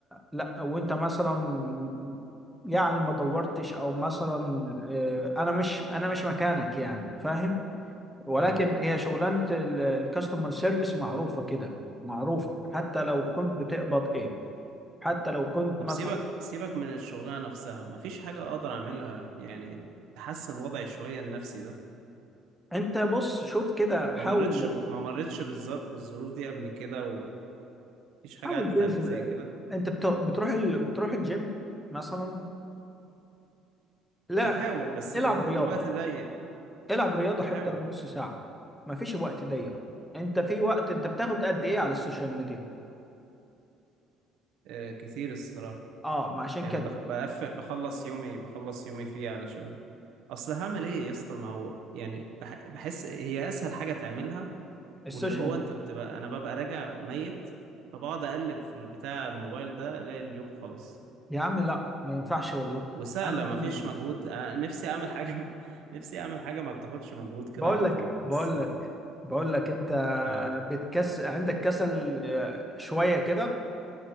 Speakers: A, in the centre; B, on the right.
A: لا وأنت مثلا يعني ما دورتش أو مثلا آه، أنا مش أنا مش مكانك يعني فاهم ولكن
B: اه
A: هي شغلانة الكاستمر سيرفيس معروفة كده معروفة حتى لو كنت بتقبض إيه حتى لو كنت
B: طب
A: مثلا
B: سيبك سيبك من الشغلانة نفسها مفيش حاجة أقدر أعملها يعني تحسن وضعي شوية النفسي ده
A: انت بص شوف كده حاول
B: ما مرتش ب... ما مرتش بالظر... بالظروف دي قبل كده ومفيش حاجة
A: حاول
B: عدت
A: تنزل
B: عليك زي كده
A: انت بتو... بتروح ال... بتروح الجيم مثلا لا
B: بحاول بس
A: العب
B: الوقت
A: رياضة
B: ضيق
A: العب رياضة
B: بحاول
A: حتى لو نص ساعة مفيش وقت ضيق انت في وقت انت بتاخد قد ايه على السوشيال ميديا
B: آه كتير الصراحة
A: اه ما عشان
B: يعني
A: كده
B: بخ... بقف... بخلص يومي بخلص يومي فيه علشان اصل هعمل ايه يا اسطى ما هو يعني بح... بحس هي اسهل حاجه تعملها
A: السوشيال
B: واللي هو
A: ميديا
B: انت بتبقى انا ببقى راجع ميت فبقعد اقلب في البتاع الموبايل ده الاقي اليوم خلص
A: يا عم لا ما ينفعش والله
B: وسهله
A: انا
B: ما
A: من-
B: فيش مجهود انا نفسي اعمل حاجه <laughs> نفسي اعمل حاجه ما بتاخدش مجهود كده
A: بقول
B: على
A: لك
B: طول
A: بقول
B: بس
A: لك بقول لك انت
B: اه
A: بتكس عندك كسل آه، شوية كده